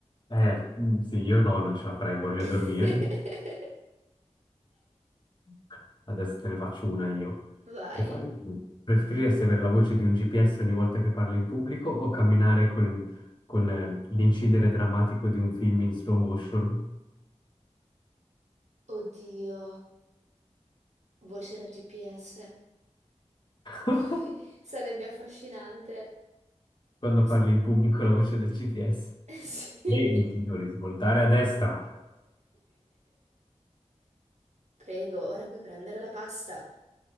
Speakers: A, on the left; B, on the right.
A: Eh, mm, sì, io no, non ce la farei, voglio
B: <laughs>
A: dormire. <laughs> Adesso te ne faccio una io.
B: Vai.
A: Che fare? Preferiresti avere la voce di un GPS ogni volta che parli in pubblico o camminare col- con eh, l'incidere drammatico di un film in slow motion?
B: Oddio, voce da GPS.
A: <laughs>
B: <laughs> Sarebbe affascinante.
A: Quando
B: S-
A: parli in pubblico la voce del GPS.
B: Sì.
A: Prego, signore, svoltare a destra.
B: Prego, ora puoi prendere la pasta.